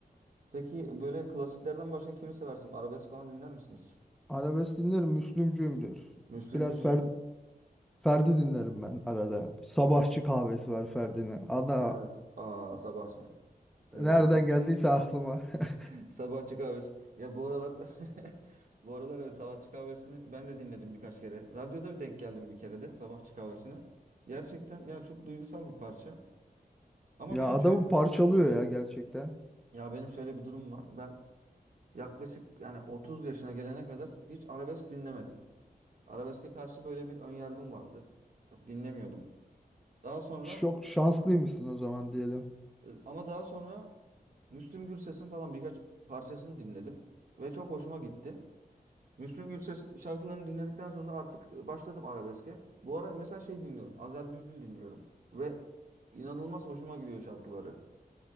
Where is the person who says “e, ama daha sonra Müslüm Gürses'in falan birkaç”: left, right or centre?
Right